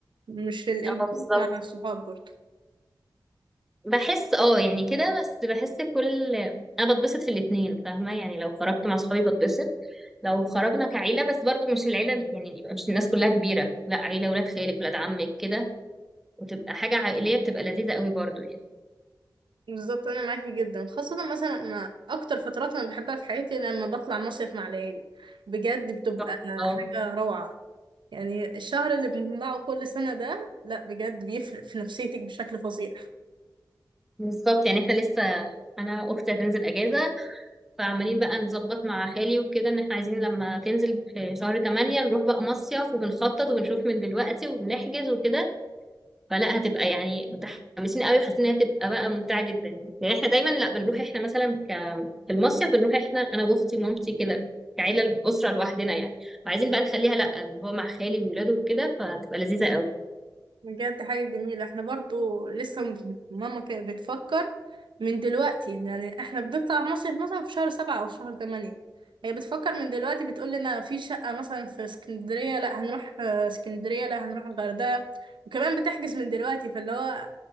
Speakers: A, on the right (about 85°); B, in the centre.
A: مش الانبساط
B: اه بالظبط
A: مع الصحاب برضو
B: بحس اه يعني كده بس بحس كل انا بتبسط في الاتنين فاهمه يعني لو خرجت مع صحابي بتبسط لو خرجنا كعيله بس برضو مش العيله يعني يبقى مش الناس كلها كبيره لا عيله ولاد خالك ولاد عمك كده وتبقى حاجه عائليه بتبقى لذيذه قوي برضو يعني
A: بالظبط انا معاكي جدا خاصة مثلا أنا اكتر فترات انا بحبها في حياتي لما بطلع مصيف مع العيلة بجد بتبقى
B: تحفه اه
A: حاجة روعة يعني الشهر اللي بنجمعه كل سنة ده لا بجد بيفرق في نفسيتك بشكل فظيع
B: بالظبط يعني احنا لسه انا اختي هتنزل اجازه فعمالين بقى نظبط مع خالي وكده ان احنا عايزين لما تنزل في شهر 8 نروح بقى مصيف وبنخطط وبنشوف من دلوقتي وبنحجز وكده فلا هتبقى يعني متحمسين قوي وحاسين انها هتبقى بقى ممتعه جدا يعني احنا دايما لا بنروح احنا مثلا ك... في المصيف بنروح احنا انا واختي ومامتي كده كعيله الاسره لوحدنا يعني وعايزين بقى نخليها لا إن هو مع خالي وولاده وكده فهتبقى لذيذه قوي
A: بجد حاجة جميلة احنا برضو لسه م- ماما كانت بتفكر من دلوقتي يعني احنا بنطلع مصيف مثلا في شهر سبعة أو شهر تمانية هي بتفكر من دلوقتي بتقول لنا في شقة مثلا في اسكندرية لا هنروح آه، اسكندرية لا هنروح الغردقة وكمان بتحجز من دلوقتي فاللي هو